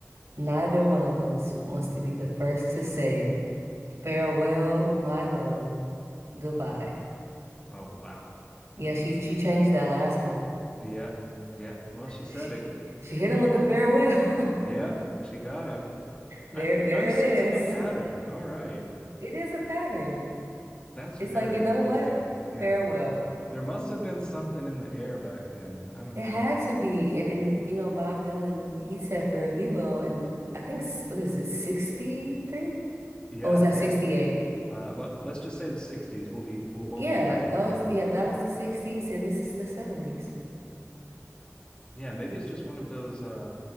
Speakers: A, on the right; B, on the left.
A: neither one of us wants to be the first to say, farewell, my love, goodbye.
B: Oh wow.
A: Yeah, she she changed that last one.
B: yeah, yeah, well, she said
A: She
B: it.
A: she hit him with the farewell.
B: Yeah,
A: <laughs>
B: she got him.
A: There
B: I,
A: there
B: I'm
A: it
B: sensing
A: is.
B: a pattern. All right.
A: It is a pattern.
B: That's
A: It's
B: very
A: like, you know
B: interesting.
A: what?
B: Yeah.
A: Farewell.
B: There must have been something in the air back then. I don't
A: It
B: know.
A: had to be. And and you know, Bob Dylan, he said Fare Thee Well and I think s- what is it, 63?
B: Yeah,
A: Or was that
B: yeah.
A: 68?
B: Uh, well, let's just say the 60s. We'll be we'll both
A: Yeah,
B: be right.
A: that
B: Yeah.
A: was yeah, that was the 60s and this is the 70s.
B: Yeah, maybe it's just one of those uh,